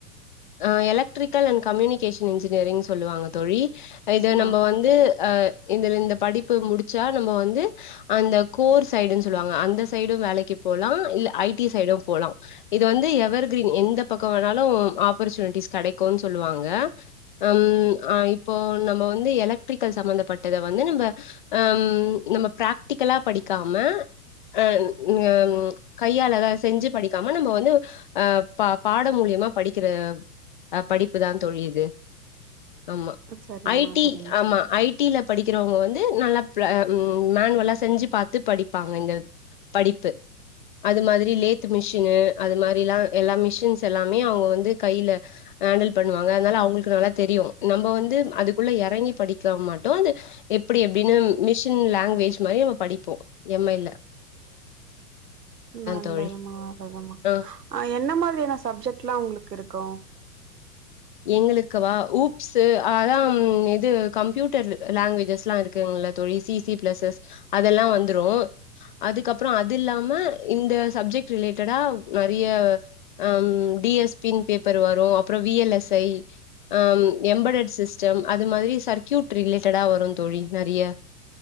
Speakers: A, on the left; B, on the right.
A: அ எலக்ட்ரிக்கல் அண்ட் கம்யூனிகேஷன் இன்ஜினியரிங் சொல்லுவாங்க தோழி இது நம்போ
B: ஆ
A: வந் து அ இதுல இந்த படிப்பு முடிச்சா நம்ப வந்து அந்த கோர் சைடுனு சொல்லுவாங்க அந்த சைடு வேலைக்கு போலா இல்ல ஐடி சைடு போலா இது வந்து எவர் கிரீன் எந்த பக்க வேணாலும் ஆப்பர்ச்சுனிட்டிஸ் கெடைக்கு சொல்லுவாங்க அம் ஆ இப்போ நம்ம வந்து எலக்ட்ரிக்கல் சம்மந்தப்பட்டத வந்து நம்ப அ அம் நம்ம பிராக்டிக்கலா படிக்காம அ ம் ம் அ கையால செஞ்சு படிக்காம நம்ப வந்து அ பா பாடம் மூலியமா படிக்கிற அ படிப்புதா தோழி இது ஆமா
B: சரிம்மா
A: ஐடி
B: சரிம்மா
A: ஆமா ஐடில படிக்கிறவங்க வந்து நல்ல பிர ம் மேன்வல்லா செஞ்சு பாத்து படிப்பாங்க இங்க படிப்பு அது மாதிரி லேத்து மிஷினு அது மாரிலா எல்லா மிஷின்ஸ் எல்லாமே அவுங்க வந்து கையில ஹேண்டல் பண்ணுவாங்க அதனால அவங்களுக்கு நல்லா தெரியும் நம்போ வந்து அதுக்குள்ள யறங்கி படிக்க மட்டோ அது எப்டி எப்டின்னு மிஷன் லங்வேஜ் மாரி நம படிப்போ எம்ஐல
B: நல்லதுமா
A: தோழி
B: நல்லதுமா
A: ஆ
B: என்ன மாதிரியான சப்ஜெக்ட்ல்லா உங்களுக்கு இருக்கு
A: எங்களுக்கு வா ஊப்ஸ்சு ஆ அதா இது கம்ப்யூட்டர் லங்வேஜஸ்ல்லா இரு க்குங்ள தோழி சிசி பிளஸஸ் அதெல்லா வந்துரும் அதுக்கப்றோ அது இல்லாம இந்த சப்ஜெக்ட் ரிலேட்டடா நறைய அம் டிஎஸ்பின் பேப்பர் வரு அப்புறம் விஎல்எஸ்ஐ அம் எம்பெட்டட் சிஸ்டம் அது மாரி சர்க்கயூட் ரிலேட்டடா வரு தோழி நறைய